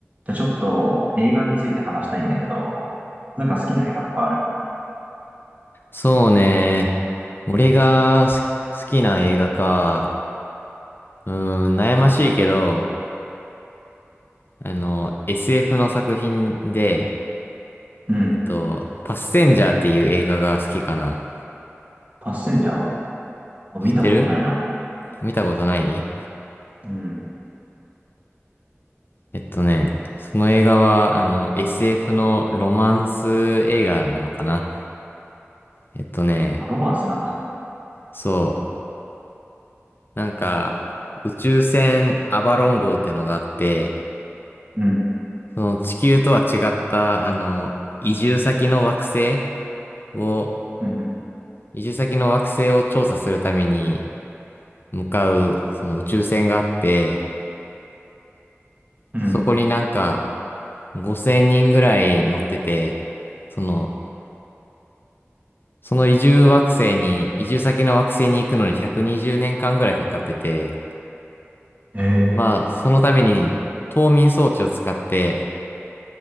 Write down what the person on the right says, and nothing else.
じゃあちょっと映画について話したいんだけど、なんか好きな映画とかある
うん。
パッセンジャー。も
う見たことないな。
うん。
ロマンスなんだ。
うん。
うん。
うん。
ええー。